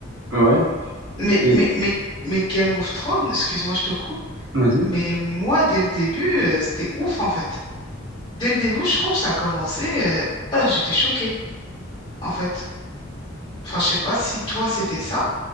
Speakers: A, on the right (about 75°); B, on the left (about 20°).
A: Ouais.
B: Mais,
A: Et
B: mais, mais, mais Game of Thrones, excuse-moi, je te coupe.
A: vas-y.
B: Mais moi, dès le début, euh, c'était ouf en fait. Dès le début, je trouve ça a commencé. euh, ah, j'étais choquée en fait. Enfin, je sais pas si toi c'était ça,